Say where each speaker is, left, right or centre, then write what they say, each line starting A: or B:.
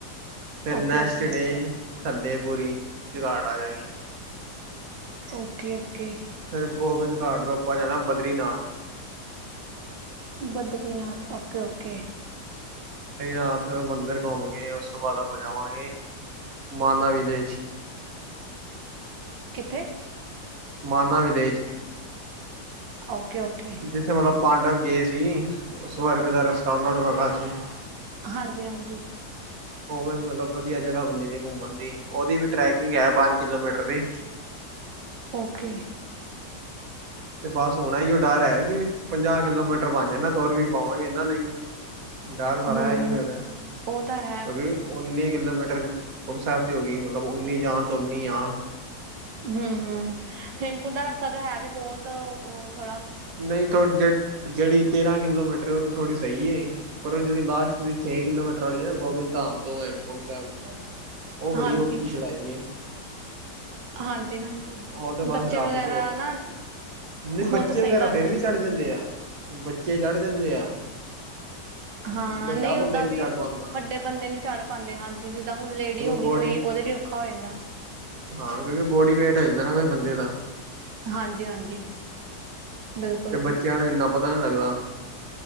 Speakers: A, on the right; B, on the right.
A: ਫਿਰ ਨੈਕਸਟ
B: ਓਕੇ-ਓਕੇ।
A: ਡੇ ਥੱਲੇ ਪੂਰੀ ਰਾਤ ਆ ਜਾਏਗੀ।
B: ਓਕੇ-ਓਕੇ।
A: ਫਿਰ ਗੋਬਿੰਦ ਘਾਟ ਤੋਂ ਆਪਾਂ ਜਾਣਾ ਬਦਰੀਨਾਥ।
B: ਬਦਰੀਨਾਥ ਓਕੇ-ਓਕੇ।
A: ਬਦਰੀਨਾਥ ਮੰਦਰ ਕੋਮ ਕੇ ਓਸ ਤੋਂ ਬਾਅਦ ਆਪਾਂ ਜਾਵਾਂਗੇ ਮਾਨਾ ਵਿਲੇਜ।
B: ਕਿੱਥੇ?
A: ਮਾਨਾ ਵਿਲੇਜ।
B: ਓਕੇ, ਓਕੇ
A: ਜਿੱਥੇ ਮਤਲਬ ਪਾਂਡਵ ਗਏ ਸੀ ਉ ਸਵਰਗ ਦਾ ਰਸਤਾ ਉਹਨਾ ਨੂੰ ਹੈਗਾ ਸੀ।
B: ਹਾਂਜੀ, ਹਾਂਜੀ
A: ਉਹਵੇ ਮਤਲਬ ਵਧੀਆ ਜਗ੍ਹਾ ਬੰਨੀ ਦੀ ਘੁੰਮਣ ਦੀ, ਉਹਦੀ ਵੀ ਟਰੈਵਿੰਗ ਹੈ ਪੰਜ ਕਿਲੋਮੀਟਰ ਦੀ।
B: ਓਕੇ,
A: ਤੇ ਬਸ ਹੁਣਾ ਈਓ ਡਰ ਹੈ ਕਿ ਪੰਜਾਹ ਕਿਲੋਮੀਟਰ ਬਣ ਜਾਣਾ ਤੁਰ ਵੀ ਪਾਵਾਂਗੇ ਕੇ ਨਹੀਂ। ਡਰ ਸਾਰਾ
B: ਹੂੰ
A: ਐ ਹੀ ਔ ਹੈਗਾ। ਹੈ
B: ਉਹ ਤਾਂ ਹੈ
A: ਕੀ ਨਈ ਉੱਨੀ ਕਿਲੋਮੀਟਰ ਹੇਮਕੁੰਟ ਸਾਹਿਬ ਦੀ ਹੋ ਗਈ, ਮਤਲਬ ਉੱਨੀ ਜਾਣ ਤੇ ਉੱਨੀ ਆਣ।
B: ਹੂ ਹੂ ਹੇਮਕੁੰਟ ਦਾ ਰਸਤਾ ਤਾਂ ਹੈ ਵੀ ਬਹੁਤ ਔ ਥੋੜਾ।
A: ਨਹੀ ਤਾਂ ਜਿਹੜੀ ਤੇਰਾਂ ਕਿਲੋਮੀਟਰ ਉਹ ਤਾਂ ਥੋੜ੍ਹੀ ਸਹੀ ਏ। ਪਹ ਉਹ ਜੇੜੀ ਲਾਸਟ ਦੀ ਛੇ ਕਿਲੋਮੀਟਰ ਵਾਲੀ ਹੈ ਨਾ, ਗੋਬਿੰਦ ਧਾਮ ਤੋਂ ਹੇਮਕੁੰਡ ਸਾਹਿਬ।
B: <inaudible>
A: ਉਹ ਬੜੀ
B: ਹਾਂਜੀ
A: ਔਖੀ ਚੜਾਈ ਏ।
B: ਹਾਂਜੀ, ਹਾਂਜੀ
A: ਉਹ ਤੇ ਬਸ
B: ਬੱਚੇ
A: ਰੱਬ
B: ਵਗੈਰਾ
A: ਭਰੋਸੇ
B: ਨਾ
A: ਨਹੀਂ
B: ਹੋ
A: ਬੱਚੇ
B: ਤਾਂ ਸਹੀ
A: ਵਗੈਰਾ
B: ਗੱਲ
A: ਫੇਰ
B: ਆ
A: ਵੀ ਚੜ੍ਹ ਜਾਂਦੇ ਆ ਬੱਚੇ ਚੜ੍ਹ ਜਾਂਦੇ ਆ।
B: ਹਾਂ
A: ਵੱਡਾ
B: ਨਹੀਂ
A: ਬੰਦਾ
B: ਓਦਾਂ
A: ਨੀ
B: ਵੀ
A: ਚੜ ਪਾਂਦਾ
B: ਵੱਡੇ ਬੰਦੇ ਨੀ ਚੜ੍ਹ ਪਾਂਦੇ ਹਨ, ਜਿਵੇਂ ਹੁਣ ਲੇਡੀ ਹੋ ਗਈ
A: ਬੋਡੀ
B: ਕੋਈ ਉਹਦੇ ਲਈ ਔਖਾ ਹੋ ਜਾਂਦਾ।
A: ਹਾਂ ਕਿਉਂਕਿ ਬੋਡੀ ਵੇਟ ਹੋ ਜਾਂਦਾ ਨਾ ਕੂਛ ਬੰਦੇ ਦਾ।
B: ਹਾਂ ਜੀ, ਹਾਂ ਜੀ, ਬਿਲਕੁਲ।
A: ਤੇ ਬੱਚਿਆਂ ਨੂੰ ਇੰਨਾ ਪੱਤਾ ਨਹੀਂ ਲੱਗਦਾ।